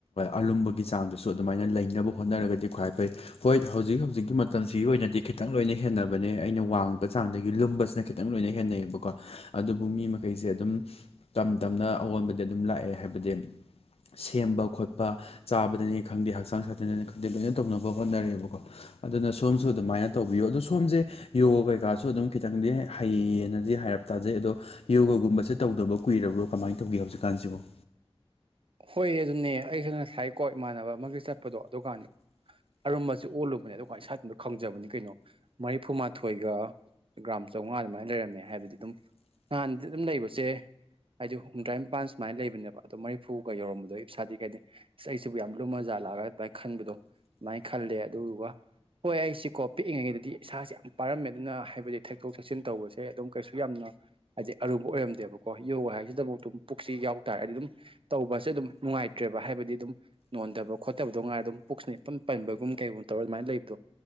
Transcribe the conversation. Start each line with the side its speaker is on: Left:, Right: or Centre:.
Left: ꯑꯔꯨꯝꯕꯒꯤ ꯆꯥꯡꯗꯨꯁꯨ ꯑꯗꯨꯃꯥꯏꯅ ꯂꯩꯅꯕ ꯍꯣꯠꯅꯔꯒꯗꯤ ꯈ꯭ꯋꯥꯏ ꯐꯩ ꯍꯣꯏ ꯍꯧꯖꯤꯛ ꯍꯧꯖꯤꯛꯀꯤ ꯃꯇꯝꯁꯤꯒꯤ ꯑꯣꯏꯅꯗꯤ ꯈꯤ ꯈꯤꯇꯪ ꯂꯣꯏꯅ ꯍꯦꯟꯅꯕꯅꯦ ꯑꯩꯅ ꯋꯥꯡꯉꯤꯕ ꯆꯥꯡꯗꯒꯤ ꯂꯨꯝꯕꯁꯤꯅ ꯈꯤꯇꯪ ꯂꯣꯏꯅ ꯍꯦꯟꯅꯩꯌꯦꯕꯀꯣ ꯑꯗꯨꯕꯨ ꯃꯤ ꯃꯈꯩꯁꯦ ꯑꯗꯨꯝ ꯇꯝ ꯇꯞꯅ ꯑꯑꯣꯟꯕꯗꯤ ꯑꯗꯨꯝ ꯂꯥꯛꯑꯦ ꯍꯥꯏꯕꯗꯤ ꯁꯦꯝꯕ ꯈꯣꯠꯄ ꯆꯥꯕꯗꯅꯤ ꯈꯪꯗꯦ ꯍꯛꯆꯥꯡ ꯁꯥꯖꯗꯅꯤ ꯈꯪꯗꯦ ꯂꯣꯏꯅ ꯇꯧꯅꯕ ꯍꯣꯠꯅꯔꯦꯕꯀꯣ ꯑꯗꯨꯅ ꯁꯣꯝꯁꯨ ꯑꯗꯨꯃꯥꯏꯅ ꯇꯧꯕꯤꯌꯨ ꯑꯗꯣ ꯁꯣꯝꯁꯦ ꯌꯣꯒ ꯀꯩꯀꯥꯁꯨ ꯑꯗꯨꯝ ꯈꯤꯇꯪꯗꯤ ꯍꯩꯌꯦꯅꯗꯤ ꯍꯥꯏꯔꯞ ꯇꯥꯖꯩ ꯑꯗꯣ ꯌꯣꯒꯨꯝꯕꯁꯦ ꯇꯧꯗꯕ ꯀꯨꯏꯔꯕ꯭ꯔꯣ ꯀꯃꯥꯏꯅ ꯇꯧꯒꯦ ꯍꯧꯖꯤꯛꯀꯥꯟꯁꯤꯕꫭ
Right: ꯍꯣꯏ ꯑꯗꯨꯅꯦ ꯑꯩꯁꯨ ꯉꯁꯥꯏꯀꯣ ꯏꯃꯥꯟꯅꯕ ꯑꯃꯒꯤ ꯆꯠꯄꯗꯣ ꯑꯗꯨꯀꯥꯟꯗ ꯑꯔꯨꯝꯁꯨ ꯑꯣꯜꯂꯨꯕꯅꯦ ꯑꯗꯣ ꯑꯩ ꯏꯁꯋꯥꯏꯗꯗ ꯈꯪꯖꯕꯅꯤ ꯀꯩꯅꯣ ꯃꯔꯤꯐꯨꯃꯥꯊꯣꯏꯒ ꯒ꯭ꯔꯥꯝ ꯆꯥꯝꯃꯉꯥ ꯑꯗꯨꯃꯥꯏꯅ ꯂꯩꯔꯝꯃꯦ ꯍꯥꯏꯕꯗꯤ ꯑꯗꯨꯝ ꯍꯥꯟꯗꯤ ꯑꯗꯨꯝ ꯂꯩꯕꯁꯦ ꯍꯥꯏꯗꯤ ꯍꯨꯝꯗ꯭ꯔꯥ ꯅꯤꯄꯥꯟ ꯁꯨꯃꯥꯏꯅ ꯂꯩꯕꯅꯦꯕ ꯑꯗꯣ ꯃꯔꯤꯐꯨꯒ ꯌꯧꯔꯝꯕꯗꯣ ꯏꯁꯥꯗꯤ ꯀꯩꯗꯦ ꯑ ꯑꯩꯁꯤꯕꯨ ꯌꯥꯝ ꯂꯨꯝ ꯃꯖꯥ ꯂꯥꯛꯑꯒ ꯑꯗꯨꯃꯥꯏꯅ ꯈꯟꯕꯗꯣ ꯑꯗꯨꯃꯥꯏꯅ ꯈꯜꯂꯦ ꯑꯗꯨꯗꯨꯒ ꯍꯣꯏ ꯑꯩꯁꯤꯀꯣ ꯄꯤꯛꯏꯉꯩꯗꯗꯤ ꯏꯁꯥꯁꯦ ꯌꯥꯝ ꯄꯥꯔꯝꯃꯦ ꯑꯗꯨꯅ ꯍꯥꯏꯕꯗꯤ ꯊꯛꯇꯛꯇꯣꯛ ꯊꯛꯆꯤꯟ ꯇꯧꯕꯁꯦ ꯑꯗꯨꯝ ꯀꯩꯁꯨ ꯌꯥꯝꯅ ꯍꯥꯏꯗꯤ ꯑꯔꯨꯕ ꯑꯣꯏꯔꯝꯗꯦꯕꯀꯣ ꯌꯣꯒꯥ ꯍꯥꯏꯁꯤꯗꯐꯥꯎ ꯑꯗꯨꯝ ꯄꯨꯛꯁꯤ ꯌꯥꯎꯇꯥꯥꯔꯗꯤ ꯑꯗꯨꯝ ꯇꯧꯕꯁꯦ ꯑꯗꯨꯝ ꯅꯨꯡꯉꯥꯏꯇ꯭ꯔꯦꯕ ꯍꯥꯏꯕꯗꯤ ꯑꯗꯨꯝ ꯅꯣꯟꯗꯕ ꯈꯣꯠꯇꯕꯗꯣ ꯉꯥꯏꯔꫭ ꯑꯗꯨꯝ ꯄꯨꯛꯁꯤꯅꯦ ꯄꯟꯕꯒꯨꯝ ꯀꯩꯒꯨꯝꯕ ꯇꯧꯔ ꯑꯗꯨꯃꯥꯏꯅ ꯂꯩꯕꯗꯣ